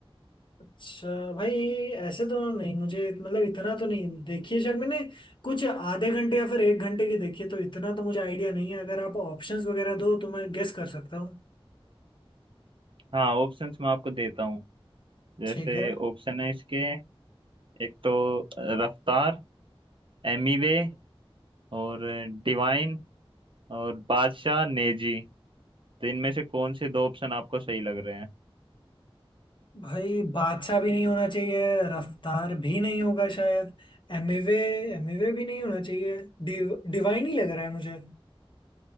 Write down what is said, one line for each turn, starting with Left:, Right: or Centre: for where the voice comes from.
Left: अच्छा भाई ऐसे तो नहीं मुझे मतलब इतना तो नहीं देखी है शायद मैंने कुछ आधे घंटे या फिर एक घंटे की देखी है तो इतना तो मुझे आइडिया नहीं है अगर आप ऑप्शंस वगैरह दो तो मैं गेस कर सकता हूँ
Right: हाँ ऑप्शंस मैं आपको देता हूँ जैसे
Left: ठीक है
Right: ऑप्शन है इसके एक तो रफ्तार एमीवे और डिवाइन और बादशाह नेजी तो इनमें से कौन से दो ऑप्शन आपको सही लग रहे हैं
Left: भाई बादशाह भी नहीं होना चाहिए रफ्तार भी नहीं होगा शायद एमिवे एमिवे भी नहीं होना चाहिए डिव, डिवाइन ही लग रहा है मुझे